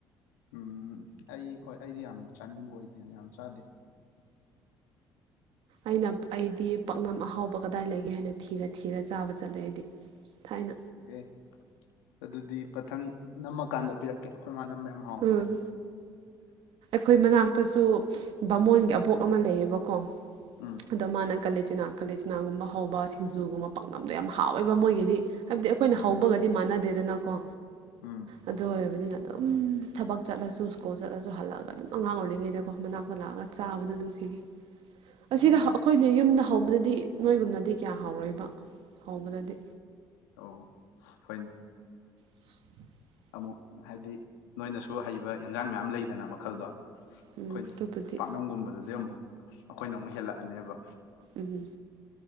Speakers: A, on the left; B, on the right.
A: ꯎꯝ ꯑꯩ ꯍꯣꯏ ꯑꯩꯗꯤ ꯌꯥꯝ ꯆꯥꯅꯤꯡꯕ ꯑꯣꯏꯗꯦꯅ ꯌꯥꯝ ꯆꯥꯗꯦ
B: ꯑꯩꯅ ꯑꯩꯗꯤ ꯄꯥꯛꯅꯝ ꯑꯍꯥꯎꯕ ꯀꯗꯥꯏ ꯂꯩꯒꯦ ꯍꯥꯏꯅ ꯊꯤꯔ ꯊꯤꯔ ꯆꯥꯕ ꯆꯠꯂꯦ ꯑꯩꯗꯤ ꯊꯥꯏꯅ
A: ꯑꯦ ꯑꯗꯨꯗꯤ ꯃꯊꯪ ꯅꯝꯃꯀꯥꯟꯗ ꯄꯤꯔꯛ ꯀꯦ ꯑꯩꯈꯣꯏꯃꯥꯟꯅꯕ ꯌꯥꯝ ꯍꯥꯎꯕꯅꯦ
B: ꯎꯝ ꯑꯩꯈꯣꯏ ꯃꯅꯥꯛꯇꯁꯨ ꯕꯥꯃꯣꯟꯒꯤ ꯑꯕꯣꯛ ꯑꯃ ꯂꯩꯌꯦꯕꯀꯣ
A: ꯎꯝ
B: ꯑꯗꯣ ꯃꯥꯅ ꯀꯂꯆꯤꯅꯥ ꯀꯥꯂꯆꯤꯅꯥꯒꯨꯝꯕ ꯍꯧꯕ ꯁꯤꯡꯖꯨꯒꯨꯝꯕ ꯄꯥꯛꯅꯝꯗꯣ ꯌꯥꯝ ꯍꯥꯎꯋꯦꯕ ꯃꯣꯏꯒꯤꯗꯤ ꯍꯥꯏꯕꯗꯤ ꯑꯩꯈꯣꯏꯅ
A: ꯎꯝ
B: ꯍꯧꯕꯒꯗꯤ ꯃꯥꯟꯅꯗꯦꯗꯅꯀꯣ
A: ꯎꯝ
B: ꯑꯗꯨ ꯑꯣꯏ ꯍꯥꯏꯕꯅꯤꯅ ꯑꯗꯨꯝ ꯊꯕꯛ ꯆꯠꯂꯁꯨ ꯁ꯭ꯀꯨꯜ ꯆꯠꯂꯁꯨ ꯍꯜꯂꯛꯑꯒ ꯑꯗꯨꯝ ꯑꯉꯥꯡ ꯑꯣꯏꯔꯤꯉꯩꯗꯀꯣ ꯃꯅꯥꯛꯇ ꯂꯥꯛꯑꯒ ꯆꯥꯕꯗ ꯑꯗꯨꯝ ꯁꯤꯡꯉꯦ ꯑꯁꯤꯗ
A: ꯎꯝ
B: ꯑꯩꯈꯣꯏꯅꯦ ꯌꯨꯝꯗ ꯍꯧꯕꯗꯗꯤ ꯅꯣꯏꯒꯨꯝꯅꯗꯤ ꯀꯌꯥ ꯍꯥꯎꯔꯣꯏꯕ ꯍꯧꯕꯗꯗꯤ
A: ꯑꯣ ꯍꯣꯏꯅꯦ
B: <inaudible>
A: ꯑꯃꯨꯛ ꯍꯥꯏꯗꯤ ꯅꯣꯏꯅꯁꯨ ꯍꯩꯕ ꯌꯦꯟꯁꯥꯡ ꯃꯌꯥꯝ ꯂꯩꯗꯅ ꯃꯈꯜꯗꯣ ꯑꯩꯈꯣꯏꯅ
B: ꯎꯝ ꯑꯗꯨꯕꯨꯗꯤ
A: ꯄꯥꯛꯅꯝꯒꯨꯝꯕꯗꯗꯤ ꯑꯃꯨꯛ ꯑꯩꯈꯣꯏꯅ ꯑꯃꯨꯛ ꯍꯦꯜꯂꯛꯑꯅꯦꯕ
B: ꯎꯝ ꯎꯝ